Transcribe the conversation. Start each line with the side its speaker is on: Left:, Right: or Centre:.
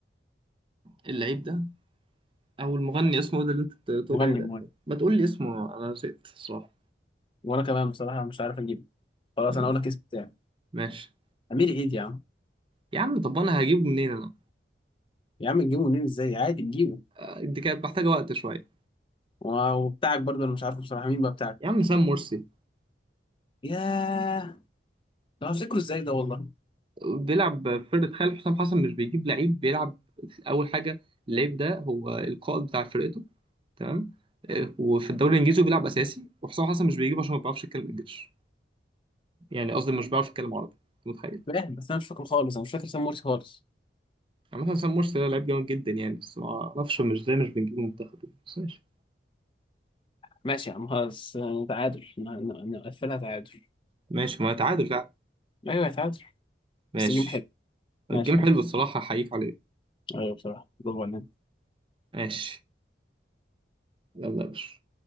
Right: اللعيب ده او المغني اسمه ده اللي انت بتقول
Left: مغني
Right: عليه ده
Left: مغني
Right: ما تقول لي اسمه انا نسيت الصراحه
Left: وانا كمان بصراحه مش عارف اجيبه خلاص
Right: م-
Left: انا اقول لك اسم بتاعي
Right: ماشي
Left: امير عيد يا عم
Right: يا عم طب انا هجيبه منين انا
Left: يا عم تجيبه منين ازاي عادي تجيبه
Right: آه، دي كانت محتاجه وقت شويه
Left: وبتاعك برضه انا مش عارف بصراحه مين بقى بتاعك
Right: يا عم سام مرسي
Left: ياه ده هفتكره ازاي ده والله
Right: بيلعب في فرقه خالد حسام حسن مش بيجيب لعيب بيلعب اول حاجه اللعيب ده هو القائد بتاع فرقته تمام آه، وفي الدوري الانجليزي بيلعب اساسي وحسام حسن مش بيجيبه عشان ما بيعرفش يتكلم انجلش يعني قصدي مش بيعرف يتكلم عربي متخيل
Left: فاهم بس انا مش فاكره خالص انا مش فاكر سمورتي خالص
Right: عامة حسام مرسي ده لعيب جامد جدا يعني بس ما اعرفش مش ازاي مش بنجيبه منتخب يعني، بس ماشي
Left: ماشي يا عم خلاص آه، تعادل ن- ن- نقفلها تعادل
Right: ماشي ما تعادل فعلا
Left: ايوه تعادل
Right: ماشي
Left: بس الجيم حلو ماشي
Right: الجيم
Left: يا
Right: حلو
Left: عم
Right: الصراحة أحييك عليه
Left: ايوه بصراحه برافو عليك
Right: ماشي يلا يا باشا